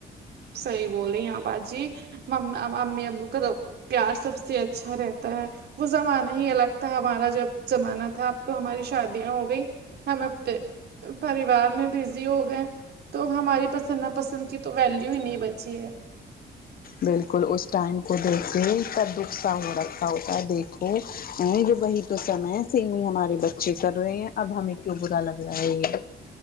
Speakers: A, on the right; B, on the left.
A: سہی بول رہی آپ باجی امی ابو کا تو پیار سب سے اچھا رہتا وہ زمانہ ہی الگ تھا ہمارا جب زمانہ تھا اب تو ہماری شادیاں ہو گئی ہم آپتے پریوار میں بزی ہو گئے تو ہماری پسند نا پسند کی تو ویلو نہیں بچی ہے
B: بلکل اس ٹائم کو دیکھتے ہی سب کچھ سامنے رکھا ہوتا دیکھو یہ وہی تو سمے سے ہی ہمارے بچے کر رہے ہیں اب ہم کیوں برا لگ رہا ہے یہ